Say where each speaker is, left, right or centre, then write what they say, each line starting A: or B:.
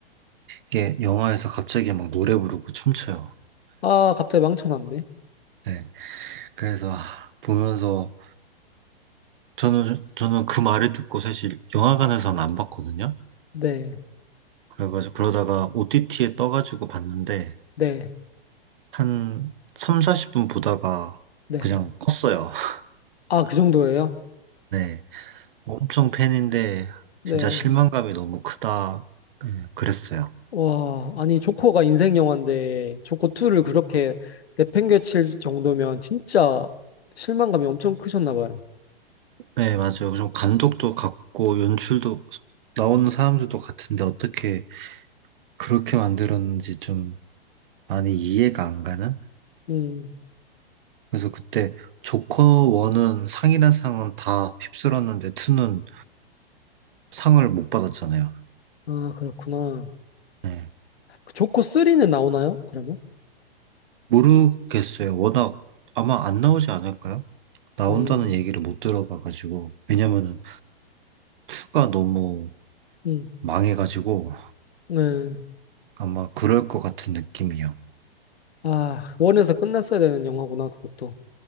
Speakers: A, on the right (about 55°); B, on the left (about 85°).
A: 이게 영화에서 갑자기 막 노래 부르고 춤춰요.
B: 아, 갑자기 망쳐놨네.
A: 네 그래서 아, 보면서 저는 저는 그 말을 듣고 사실 영화관에서는 안 봤거든요.
B: 네,
A: 그래가지고 그러다가 OTT에 떠가지고 봤는데
B: 네,
A: 한 3, 40분 보다가
B: 네.
A: 그냥 껐어요. <laughs>
B: 아, 그 정도예요?
A: 네 엄청 팬인데
B: 네.
A: 진짜 실망감이 너무 크다 네, 그랬어요.
B: 와, 아니, 조커가 인생 영화인데, 조커2를 그렇게 내팽개칠 정도면 진짜 실망감이 엄청 크셨나 봐요.
A: 네, 맞아요. 좀 감독도 같고 연출도 나오는 사람들도 같은데 어떻게 그렇게 만들었는지 좀 많이 이해가 안 가는?
B: 음,
A: 그래서 그때 조커 1은 상이란 상은 다 휩쓸었는데 2는 상을 못 받았잖아요.
B: 아, 그렇구나.
A: 네.
B: 그 조커3는 나오나요? 그러면?
A: 모르겠어요. 워낙 아마 안 나오지 않을까요? 나온다는
B: 음,
A: 얘기를 못 들어봐가지고 왜냐면은 2가 너무
B: 음,
A: 망해가지고
B: 네.
A: 아마 그럴 것 같은 느낌이요.
B: 아, 원에서 끝났어야 되는 영화구나, 그것도.